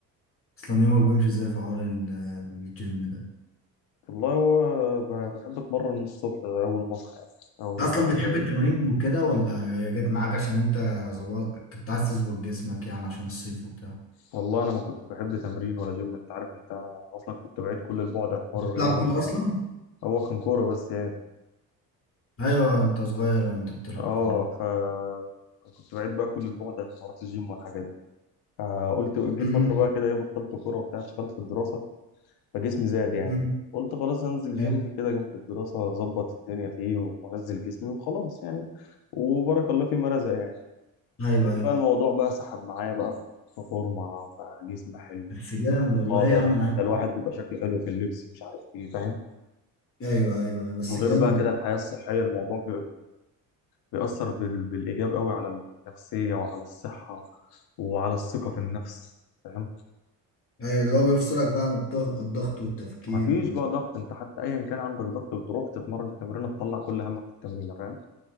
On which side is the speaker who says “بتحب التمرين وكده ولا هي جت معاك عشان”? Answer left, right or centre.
Left